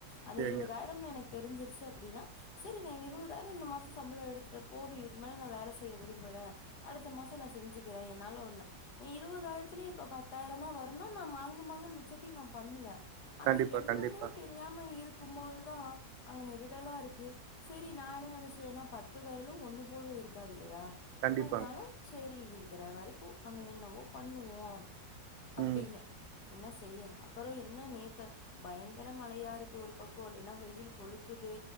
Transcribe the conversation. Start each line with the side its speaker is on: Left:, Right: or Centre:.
Left: அந்த
Right: சரிங்க
Left: இருவதாயிரம்னு எனக்கு தெரிஞ்சிருச்சு அப்டின்னா செரி நா இருவதாயிரோ இந்த மாசோ சம்பளோ எடுத்துட்ட போது இதுக்கு மேல நா வேல செய்ய விரும்பல அடுத்த மாசோ நா செஞ்சுக்கிறே என்னால ஒண்ண இருவதாயிரத்துலியே இப்ப பத்தாயிரந்தா வருன்னா நா மாங்கு மாங்குனு மிச்சத்தையு நா பண்ணுவே ஆனா
Right: கண்டிப்பா
Left: என்னனே
Right: கண்டிப்பா
Left: தெரி தெரியாம இருக்கும் போது தா அங்க நெரிடலா இருக்கு செரி நா என்ன நெனச்சேனா பத்து வெரலு ஒண்ணு போல இருக்காது இல்லியா
Right: கண்டிப்பாங்க
Left: அதுனால சேரி இருக்குற வரைக்கு நம்ம என்னவோ பண்ணுவோம அப்டின்னு
Right: ம்
Left: என்ன செய்ய அப்றோ என்ன நேத்து பயங்கர மழையா இருக்கு ஒரு பக்கோ இல்லன்னா வெயில் கொளுத்துது